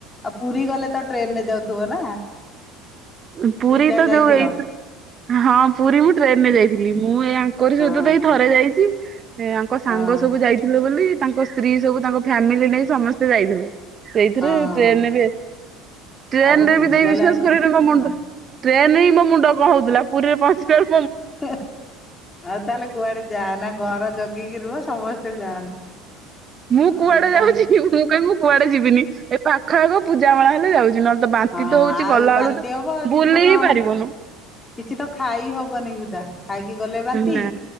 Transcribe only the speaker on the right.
ଅ ପୁରୀ
ତ
ଯୋଉ ଏଇ ତ ହଁ ପୁରୀ ମୁଁ ଟ୍ରେନରେ ଯାଇଥିଲି ମୁଁ ମୁଁ ଏଇ ଆଙ୍କରି
ସହିତ ତ
ଏଇ ଥରେ ଯାଇଛି ଏ ଆଙ୍କ ସାଙ୍ଗ
ସବୁ ଯାଇଥିଲେ ବୋଲି। ତାଙ୍କ ସ୍ତ୍ରୀ ସବୁ ତାଙ୍କ ଫ୍ୟାମିଲି ନେଇ ସମସ୍ତେ ଯାଇଥିଲେ। ସେଇଥିରେ
ଟ୍ରେନରେ ବି ଏ ଟ୍ରେନ
ରେ
ବି ଦେଇ
ବିଶ୍ଵାସ
କରନି ମୋ ମୁଣ୍ଡ
ଟ୍ରେନ ହିଁ ମୋ ମୁଣ୍ଡ କଣ ହଉଥିଲା ପୁରୀରେ ପହଞ୍ଚିଲା ବେଳ
ମୁଁ
କୁଆଡେ
ଯାଉଛିି ମୁଁ କହିମି ମୁଁ କୁଆଡେ ଯିବିନି ଏ ପାଖ ଆଖ ପୂଜା ମେଳା ହେଲେ ଯାଉଛି ନ ତ ବାନ୍ତି
ତ ହଉଛି
ଗଲା
ବେଳୁ ତ
ବୁଲି
ହିଁ ପାରିବୁନୁ।
ନା